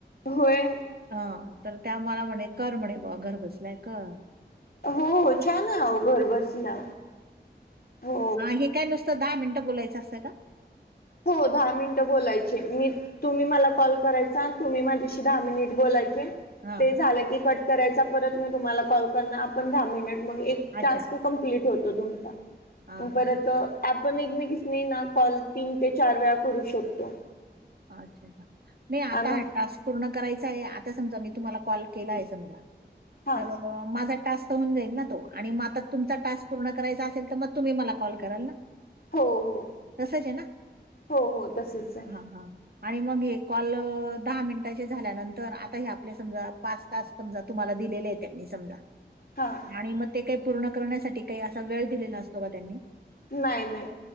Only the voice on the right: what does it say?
हा तर त्या मला म्हणे कर म्हणे बघायला घर बसलो होतो.
हा हे काय नुसतं दहा मिनिट बोलायचं असतं का?
हां,
अच्छा.
हां, हां,
हां.
अच्छा अच्छा मी आता
हा टास्क पूर्ण करायचा ये आता समजा मी तुम्हाला कॉल केला ये समजा
तर मग माझा टास्क त होऊन जाईल ना तो आणि मग आता तुमचा टास्क पूर्ण करायचा असेल तर मग तुम्ही मला कॉल कराल ना.
तसंच आहे ना?
हां, हां. आणि मग हे कॉल दहा मिनिटाचे झाल्यानंतर आता हे आपले समजा पाच तास समजा तुम्हाला दिलेले आहे त्यांनी समजा
आणि मग ते काही पूर्ण करण्यासाठी काही असा वेळ दिलेला असतो का त्यांनी?